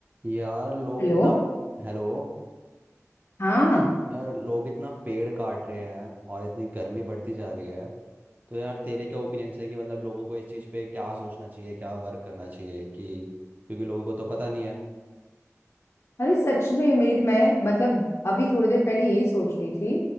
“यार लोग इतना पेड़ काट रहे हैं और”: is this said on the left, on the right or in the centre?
Right